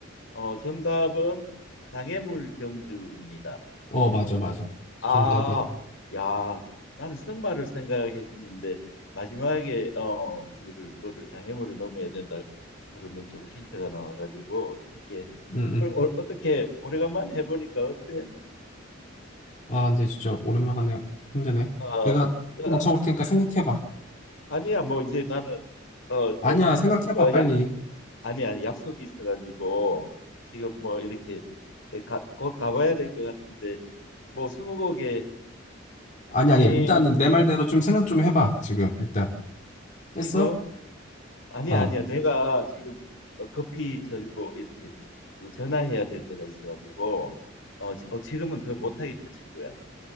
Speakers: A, on the left (about 65°); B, on the left (about 40°).
A: 어, 정답은 장애물 경주입니다.
B: 어, 맞아, 맞아.
A: 아,
B: 정답이야.
A: 야, 나는 승마를 생각했었는데 마지막에 어 그거를 뭐를 장애물을 넘어야 된다 그러는 쪽으로 힌트가 나와가지고 쉽게
B: 응, 응.
A: 어, 어, 떻게 오래간만에 해보니까 어때?
B: 아, 근데 진짜 오랜만에 힘드네.
A: 아,
B: 내가
A: 아,
B: 맞춰볼 테니까 생각해봐.
A: 아니야 뭐 이제 나는 어, 어
B: 아니야, 생각해봐
A: 누가
B: 빨리.
A: 야 아니 아니 약속이 있어가지고 지금 뭐 이렇게 가, 곧 가봐야 될 것 같은데 뭐 스무고개
B: 아니,
A: 게임
B: 아니, 일단은 내 말대로 좀 생각 좀 해봐, 지금, 일단.
A: 지금
B: 했어?
A: 아니야,
B: 어.
A: 아니야. 내가 지금 어, 급히 저기 뭐 이렇게 뭐 전화해야 될 때가 있어가지고 어, 지- 어, 지금은 더 못하겠다, 친구야.